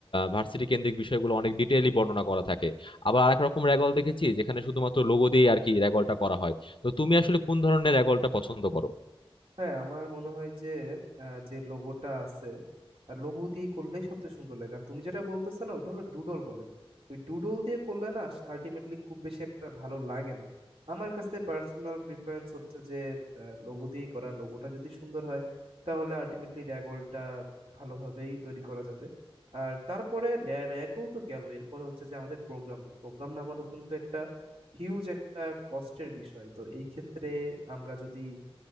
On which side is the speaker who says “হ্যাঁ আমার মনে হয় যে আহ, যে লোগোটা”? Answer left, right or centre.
Right